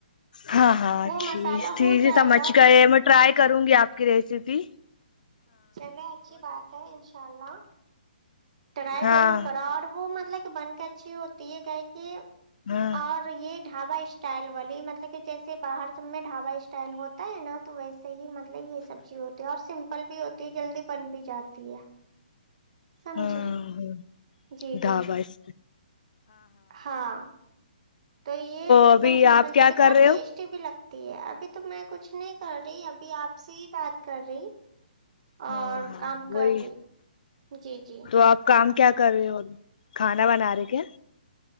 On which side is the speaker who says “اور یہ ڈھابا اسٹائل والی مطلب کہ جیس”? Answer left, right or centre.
Right